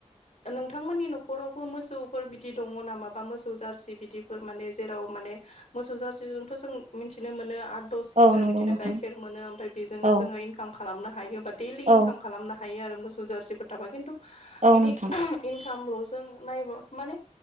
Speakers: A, on the left; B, on the right.
A: नोंथांमोननि न'खरावबो मोसौफोर बिदि दङ नामा बा मोसौ जारसि बिदिफोर माने जेराव माने मोसौ जार्सिजोंथ' जों मिथिनो मोनो आरो दस
B: औ
A: लिटार
B: नंगौ
A: बिदिनो
B: नोंथां
A: गाइखेर मोनो ओमफ्राय बेजोंनो
B: औ
A: जोङो इनकाम खालामनो हायो बा दैलि इनकाम
B: औ
A: खालामनो हायो। हायो आरो मोसौ जारसिफोर थाबा खिन्थु
B: औ
A: बिदि
B: नोंथां
A: इनकामल'जों नायब माने